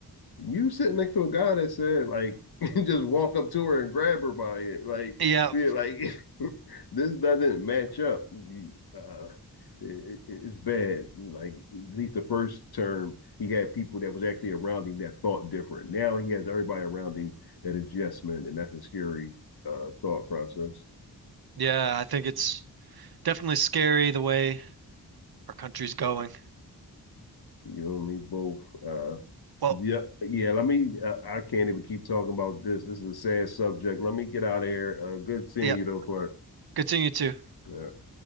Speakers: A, on the left; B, on the right.
A: you sitting next to a guy that said like <laughs> just walk up to her and grab her by it. Like
B: yeah,
A: yeah, like <laughs> this doesn't match up. Uh, it, it's bad. Like at least the first term, he had people that was actually around him that thought different. Now he has everybody around him that is yes men, and that's a scary uh, thought process.
B: yeah. I think it's definitely scary the way our country's going.
A: You know what I mean? Both uh,
B: Well,
A: Yeah, yeah. Let me. Uh, I can't even keep talking about this. This is a sad subject. Let me get out of here. Uh, good seeing
B: yeah.
A: you, though, Clark.
B: Continue to.
A: All right.